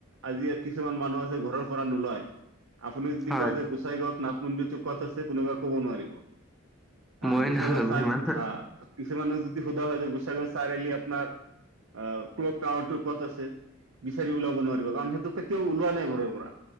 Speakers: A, on the right (about 75°); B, in the centre.
A: আজি কিছুমান মানুহ আছে ঘৰৰ পৰা নোলায়। আপুনি যদি
B: হয়,
A: কয় যে গোচাই গাঁৱত ন <unintelligible> ক'ত আছে কোনোবায়ে ক'ব নোৱাৰিব। হা
B: ময়ে
A: গোসাই
B: নাজানো
A: <unintelligible>
B: ইমান
A: কিছুমানে সোধা হয় যে গোসাই গাৱৰ চাৰিআলি আপোনাৰ আহ ক্ল'ক টাৱাৰ ক'ত আছে? বিচাৰি ওলাব নোৱাৰিব। কাৰণ সেইটো কেতিয়াও ওলোৱা নাই ঘৰৰ পৰা।